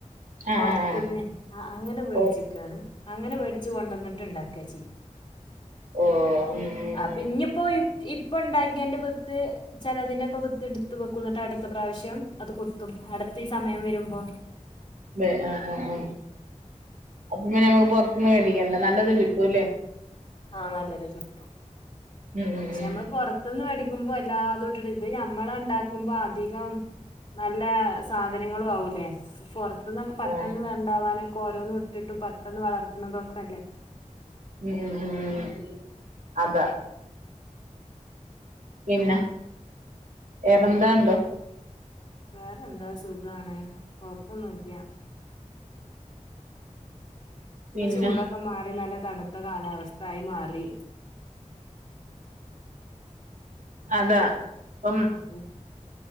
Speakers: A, on the right (about 85°); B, on the left (about 35°).
A: ആ
B: പൊറത്തുന്ന്
A: ആ ആ
B: ആ അങ്ങനെ മേടിച്ചിക്കാണ്.
A: ഓ
B: അങ്ങനെ മേടിച്ച് കൊണ്ടുവന്നിട്ട് ഇണ്ടാക്കാചെയ്യാ.
A: ഓ ഉം ഉം
B: ആ പ്പിഞ്ഞിപ്പോയി ഇപ്പ ഉണ്ടാക്കിയെന്റെ വിത്ത് ചിലതിന്റെക്കെ വിത്ത് എടുത്ത് വെക്കുന്നിട്ട് അടുത്ത പ്രാവശ്യം അത് കു ത്തും അടുത്ത ഈ സമയം വരുമ്പോ.
A: ആഹ് ആഹ് ആഹ് അപ്പ പിന്നെ നമ്മുക്ക് പൊറത്തന്ന് മേടിക്കല്ല നല്ലത് കിട്ടൂല്ലേ?
B: ആഹ് നല്ലത് കിട്ടും.
A: ഉം ഉം
B: പക്ഷെ
A: ഉം
B: നമ്മള് പൊറത്തിന്ന് മേടി ക്കുമ്പോ എല്ലാതു ഇട്ടിട്ട് ഇത് ഞമ്മൾ ഉണ്ടാക്കുമ്പോ അധികം നല്ല സാധനങ്ങളും ആവുല്ലേ പുറ ത്തുന്നൊക്കെ പെട്ടെന്ന്
A: ആ
B: വേണ്ടാവാനെ ക്കോരോന്നു ഇട്ടിട്ടും പെട്ടന്ന് വളർത്തണതൊക്കെ അല്ലേ?
A: ഉം ഉം ഉം അതാ. പിന്ന വേറെന്താണ്ട്
B: പിന്നെ വേറെ എന്താ സുഖാണ് കൊഴപ്പൊന്നുല്ല്യ ഇപ്പൊ
A: പിന്നെ
B: ചൂടൊക്കെ മാറി നല്ല തണുത്ത കാലാവസ്ഥ ആയി മാറി.
A: അതാ. പ്പം
B: അതെ.